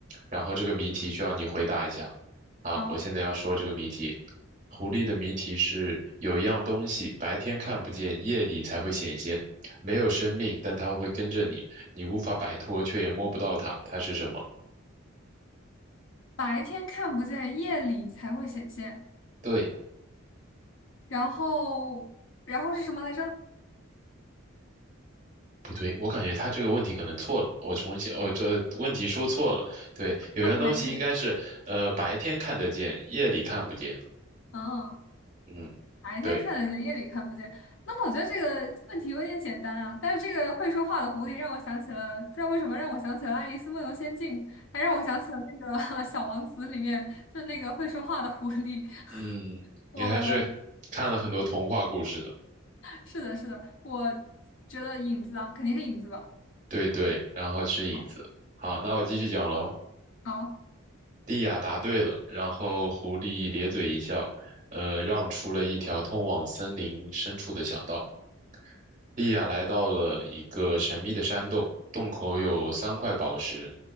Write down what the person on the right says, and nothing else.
然后这个谜题需要你回答一下。好，
我现在要说这个谜题。狐狸的谜题是有样东西白天看不见，夜里才会显现，没有生命，但它会跟着你，你无法摆脱，却也摸不到它，它是什么？
对，
不对？我感觉他这个问题可能错了，我重新，哦，这问题说错了。对，
有样东西应该是，
呃，白天看得见，夜里看不见。
嗯，
对，
嗯，你还是看了很多童话故事的。
对对，然后是影子。
好，那我继续讲喽。
莉亚答对了，然后狐狸咧嘴一笑，呃，让出了一条通往森林深处的小道。莉亚来到了一个神秘的山洞，洞口有三块宝石，